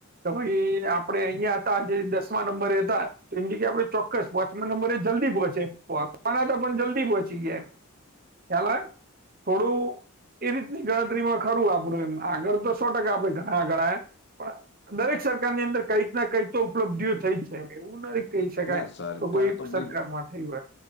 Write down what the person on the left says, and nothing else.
ના સરકાર
બી